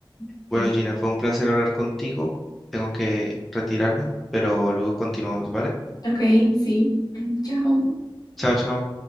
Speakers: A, on the left; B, in the centre.
A: Ok,
B: Bueno, Gina, fue un placer hablar contigo, tengo que retirarme, pero luego continuamos, ¿vale?
A: Ok, sí. <clears throat> Chao.
B: Chao, chao.